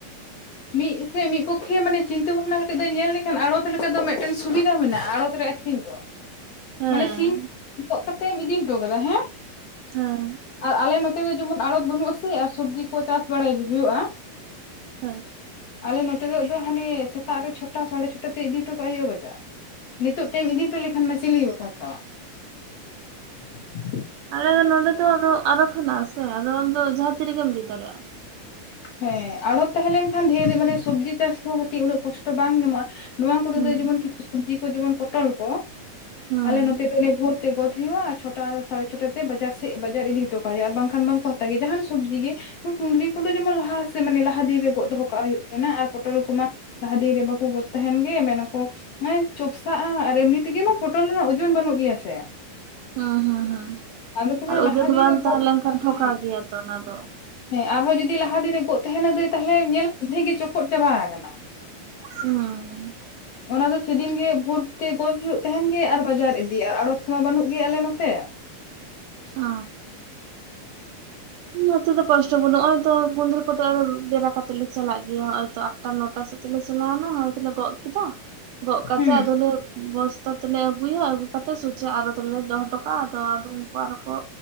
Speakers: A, on the left; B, on the right.
A: ᱢᱤᱫ ᱥᱮ ᱢᱤᱫ ᱯᱚᱠᱠᱷᱮ ᱢᱟᱱᱮ ᱪᱤᱱᱛᱟᱹ ᱵᱷᱟᱵᱽᱱᱟ ᱠᱟᱛᱮᱮᱫ ᱫᱚ ᱧᱮᱞ ᱞᱮᱠᱷᱟᱱ ᱟᱲᱚᱛ ᱞᱮᱠᱟ ᱫᱚ ᱢᱤᱫᱴᱮᱱ ᱥᱩᱵᱤᱫᱷᱟ ᱢᱮᱱᱟᱜᱼᱟ ᱟᱲᱚᱛ ᱨᱮ ᱟᱠᱷᱨᱤᱧ
B: ᱦᱮᱸ
A: ᱢᱟᱱᱮ ᱥᱤᱧ ᱜᱚᱫ ᱠᱟᱛᱮᱢ ᱤᱫᱤ ᱦᱚᱴᱚ ᱠᱟᱫᱟ ᱦᱮᱸ
B: ᱦᱮᱸ
A: ᱟᱨ ᱟᱞᱮ ᱱᱚᱛᱮ ᱫᱚ ᱡᱮᱢᱚᱱ ᱟᱲᱚᱛ ᱵᱟᱹᱱᱩᱜ ᱟᱥᱮ ᱟᱨ ᱥᱚᱵᱡᱤ ᱠᱚ ᱪᱟᱥ ᱵᱟᱲᱟᱭ ᱜᱮ ᱦᱩᱭᱩᱜᱼᱟ
B: ᱦᱮᱸ
A: ᱟᱞᱮ ᱱᱚᱛᱮ ᱫᱚ ᱫᱚ ᱦᱟᱱᱮ ᱥᱮᱛᱟᱜ ᱨᱮ ᱪᱷᱚᱴᱟ ᱥᱟᱲᱮ ᱪᱷᱚᱴᱟ ᱛᱮ ᱤᱫᱤ ᱦᱚᱴᱚ ᱠᱟᱜ ᱟᱭ ᱦᱩᱭᱩᱜᱼᱟ ᱵᱟᱡᱟᱨ ᱱᱤᱛᱚᱜ ᱴᱟᱭᱮᱢ ᱤᱫᱤᱴᱚ ᱞᱮ ᱠᱷᱟᱱ ᱢᱟ ᱪᱤᱞᱤ ᱜᱮ ᱵᱟᱠᱚ ᱦᱟᱛᱟᱣᱟ <unintelligible>
B: ᱟᱞ ᱫᱚ ᱱᱚᱰᱮ ᱫᱚ ᱟᱫᱚ ᱟᱨᱚᱛ ᱦᱮᱱᱟᱼᱟ ᱥᱮ ᱟᱫᱚ ᱟᱢ ᱫᱚ ᱡᱟᱦᱟ ᱛᱤ ᱨᱮᱜᱮᱢ ᱤᱫᱤ ᱫᱟᱨᱮᱼᱟ
A: ᱦᱮᱸ ᱟᱲᱚᱛ ᱛᱟᱦᱮᱸ ᱞᱮᱱᱠᱷᱟᱱ ᱫᱷᱮᱨ ᱢᱟᱱᱮ ᱥᱚᱵᱽᱡᱤ ᱪᱟᱥ ᱠᱚ ᱠᱷᱟᱹᱜ ᱩᱱᱟᱹᱜ ᱠᱚᱥᱴᱚ ᱵᱟᱝ ᱧᱟᱢᱚᱜᱼᱟ ᱱᱚᱣᱟ ᱠᱚᱫᱚ
B: ᱦᱩᱸ
A: ᱡᱮᱢᱚᱱ ᱠᱤᱪᱷᱩ ᱥᱚᱵᱡᱤ ᱠᱚ ᱡᱮᱢᱚᱱ ᱯᱚᱴᱚᱞ ᱠᱚ
B: ᱦᱩᱸ
A: ᱟᱞᱮ ᱱᱚᱛᱮ ᱫᱚ ᱵᱷᱳᱨ ᱜᱚᱫ ᱦᱩᱭᱩᱜᱼᱟ ᱟᱨ ᱪᱷᱚᱴᱟ ᱥᱟᱲᱮ ᱪᱷᱚᱴᱟ ᱛᱮ ᱵᱟᱡᱟᱨ ᱥᱮᱫ ᱵᱟᱡᱟᱨ ᱤᱫᱤ ᱦᱚᱴᱚ ᱠᱟᱜ ᱦᱩᱭᱩᱜᱼᱟ ᱵᱟᱝᱠᱷᱟᱱ ᱵᱟᱝᱠᱚ ᱦᱟᱛᱟᱣ ᱜᱮᱭᱟ ᱡᱟᱦᱟᱱ ᱥᱚᱵᱽᱡᱤ ᱜᱮ ᱠᱩᱸᱫᱽᱨᱤ ᱠᱚᱫᱚ ᱡᱮᱢᱚᱱ ᱞᱟᱦᱟᱥᱮᱫ ᱢᱟᱱᱮ ᱞᱟᱦᱟ ᱫᱤᱱ ᱨᱮ ᱜᱚᱫ ᱫᱚᱦᱚ ᱠᱟᱜ ᱦᱩᱭᱩᱜ ᱛᱟᱦᱮᱸᱱᱟ ᱟᱨ ᱯᱚᱴᱚᱞ ᱠᱚᱢᱟ ᱞᱟᱦᱟᱫᱤ ᱨᱮ ᱵᱟᱠᱚ ᱜᱚᱫ ᱛᱦᱮᱱ ᱜᱮ ᱢᱮᱱᱟᱠᱚ ᱪᱚᱯᱥᱟᱜᱼᱟ ᱟᱨ ᱮᱢᱱᱤ ᱛᱮᱜᱮ ᱢᱟ ᱯᱚᱴᱚᱞ ᱨᱮᱱᱟᱜ ᱳᱡᱚᱱ ᱵᱟᱹᱱᱩᱜ ᱜᱮᱭᱟ ᱥᱮ
B: ᱦᱮᱸ ᱦᱮᱸ ᱦᱟᱸ
A: ᱟᱫᱚ ᱠᱚ ᱢᱮᱱᱟ
B: ᱟᱨ
A: ᱞᱟᱦᱟ
B: ᱳᱡᱚᱱ
A: ᱫᱤᱱ
B: ᱵᱟᱝ
A: ᱨᱮ
B: ᱛᱟᱦᱮᱸ
A: ᱜᱚᱫ
B: ᱞᱮᱱᱠᱷᱟᱱ
A: ᱦᱮᱸ
B: ᱴᱷᱚᱠᱟ ᱜᱮᱭᱟ ᱛᱚ ᱚᱱᱟ ᱫᱚ
A: ᱦᱮᱸ ᱟᱨᱦᱚᱸ ᱡᱩᱫᱤ ᱞᱟᱦᱟ ᱫᱤᱱ ᱨᱮ ᱜᱚᱜ ᱛᱟᱦᱮᱸᱱᱟ ᱫᱟᱹᱭ ᱛᱟᱦᱚᱞᱮ ᱧᱮᱞᱫᱮᱜ ᱜᱮ ᱪᱚᱯᱚᱫ ᱪᱟᱵᱟ ᱟᱠᱟᱱᱟ
B: ᱦᱩᱸ
A: ᱚᱱᱟ ᱫᱚ ᱥᱮᱫᱤᱱ ᱜᱮ ᱵᱷᱳᱨ ᱛᱮ ᱜᱚᱫ ᱦᱩᱭᱩᱜ ᱛᱟᱦᱮᱱ ᱜᱮ ᱟᱨ ᱵᱟᱡᱟᱨ ᱤᱫᱤᱜ ᱟᱨ ᱟᱲᱚᱛ ᱠᱚᱢᱟ ᱵᱟᱹᱱᱩᱜ ᱜᱮᱭᱟ ᱟᱞᱮ ᱱᱚᱛᱮ
B: ᱚ ᱱᱚᱛᱮᱫ ᱫᱚ ᱠᱚᱥᱴᱚ ᱵᱟᱹᱱᱩᱜ ᱱᱚᱜᱚᱭ ᱛᱚ ᱢᱚᱱᱫᱤᱨ ᱠᱚᱫᱚ ᱵᱮᱨᱟ <inaudible> ᱞ ᱞᱮ ᱪᱟᱞᱟᱜ ᱜᱮᱭᱟᱜᱛᱚ ᱟᱴᱟ ᱱᱚᱴᱟ ᱥᱮᱫ ᱛᱮᱞᱮ ᱪᱟᱞᱟᱣ ᱮᱱᱟ ᱦᱚᱛᱚᱞ ᱞᱮ ᱜᱚᱫ ᱠᱮᱫᱟ ᱜᱚᱜ ᱠᱟᱛᱮᱜ
A: ᱦᱩᱸ
B: ᱟᱫᱚᱞᱮ ᱵᱚᱥᱛᱟ ᱛᱮᱞᱮ ᱟᱹᱜᱩᱭᱟ ᱟᱹᱜᱩ ᱠᱟᱛᱮ ᱥᱚᱡᱷᱮ ᱟᱨᱚᱛ ᱛᱮᱞᱮ ᱫᱚᱦᱚ ᱦᱚᱴᱚ ᱠᱟᱜᱼᱟ ᱟ ᱟᱫᱚ ᱩᱱᱠᱩ ᱟᱨ ᱠᱚ